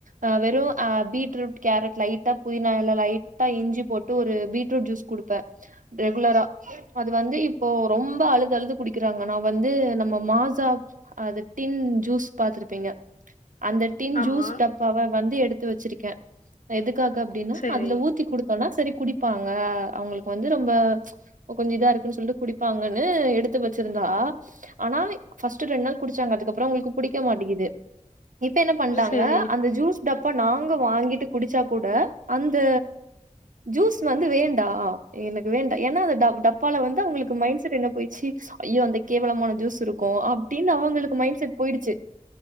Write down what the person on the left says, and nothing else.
ஆமா
செரி
செரி